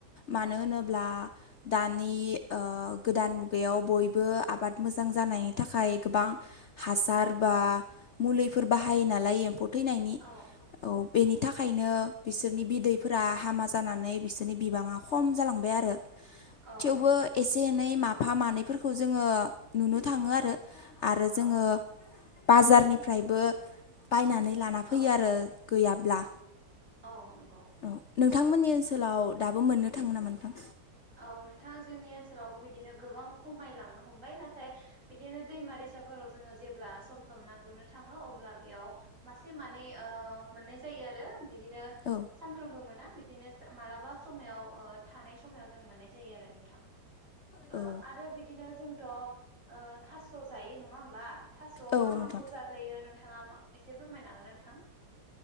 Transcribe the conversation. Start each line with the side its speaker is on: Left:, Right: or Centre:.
Left: मानो
Right: औ
Left: होनोब्ला दानि ओ गोदान मुगायाव बयबो आबाद मोजां जानायनि थाखाय गोबां हासार बा मुलिफोर बाहायो
Right: औ
Left: नालाय एम्फौ थैनायनि
Right: औ
Left: औ बेनि थाखाय खायनो बिसोरनि बिदैफोरा हामा जानानै बिसोरनि बिबाङा खम जालांबाय आरो
Right: औ
Left: थेवबो
Right: नंगौ
Left: एसे एनै माफा मानैफोरखौ जोङो नुनो थाङो आरो आरो जोङो
Right: औ
Left: बाजारनिफ्रायबो बायनानै लाना फैयो
Right: औ
Left: आरो गैयाब्ला
Right: औ नंगौ
Left: औ नोंथांमोननि ओनसोलाव दाबो मोननो थाङो नामा नोंथां
Right: औ नोंथां जोंनि ओनसोलावबो बिदिनो गोबां खमायलांनो हमबाय नाथाय बिदिनो दैमा दैसा सा फोराव जोंओ जेब्ला सम सम ना गुरनो थांओ अब्ला बेयाव मासे मानै ओ मोनाय जायो फै आरो बिदिनो
Left: औ
Right: सानफ्रामबो मोना बिदिनो मालाबा समाव थानाय समाव जों मोननाय जायो आरो नोंथां
Left: औ
Right: ओ आरो बिदिनो जोंथ 'ओ थास' जायो नङा होमबा? थास'आव
Left: औ
Right: मा
Left: नोंथां
Right: माखौ जाजायो नोंथाङा एसे फोरमायनो हागोन नोंथां